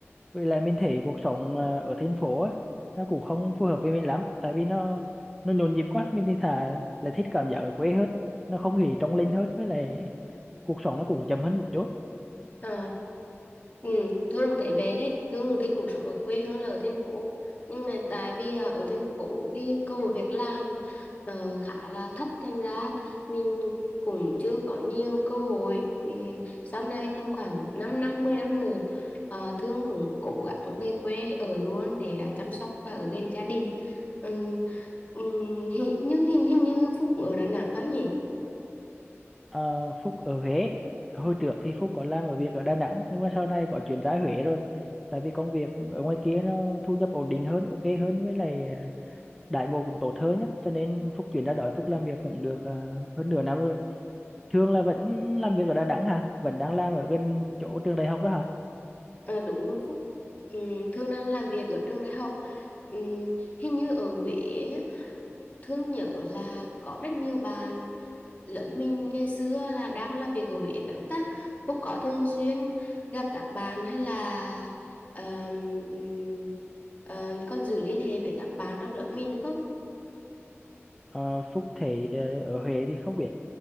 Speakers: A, in the centre; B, on the left.
A: với lại mình thấy cuộc sống à, ở thành phố á, nó cũng không phù hợp với mình lắm tại vì nó nó nhộn nhịp quá mình thì thà là thích cảm giác ở quê hết nó không khí trong lành hết với lại cuộc sống nó cũng chậm hơn một chút
B: ừ. Ừ, Thương thấy về đấy, Thương thích cuộc sống ở quê hơn là ở thành phố. Nhưng mà tại vì à, ở thành phố cái cơ hội việc làm ờ, khá là thấp thành ra mình cũng chưa có nhiều cơ hội. Ừ, sau này tầm khoảng 5 năm, 10 năm nữa ờ, Thương cũng cố gắng về quê ở luôn để à, chăm sóc và ở gần gia đình. Ừ, ừ, hi- nhưng hình, hình như Phúc ở Đà Nẵng phải không nhỉ?
A: Ờ, Phúc ở Huế hồi trước thì Phúc có làm ở việc ở Đà Nẵng nhưng mà sau này có chuyển ra Huế rồi tại vì công việc ở ngoài kia nó thu nhập ổn định hơn ok hơn với lại ờ, đãi ngộ cũng tốt hơn nhá cho nên Phúc chuyển ra đó Phúc làm việc cũng được ờ, hơn nửa năm rồi thường là vẫn làm việc ở Đà Nẵng hả vẫn đang làm ở gần chỗ trường đại học đó hả
B: Ờ, đúng rồi Phúc Ừm, Thương đang làm việc ở trường đại học Ừm, Hình như ở Huế á, Thương nhớ là có rất nhiều bạn lớp mình ngày xưa là đang làm việc ở Huế phải không ta Phúc có thường xuyên gặp các bạn hay là ờm, ừm, ờ, còn giữ liên hệ với các bạn trong lớp mình nữa không
A: Ờ, Phúc thấy ờ, ở Huế thì không biết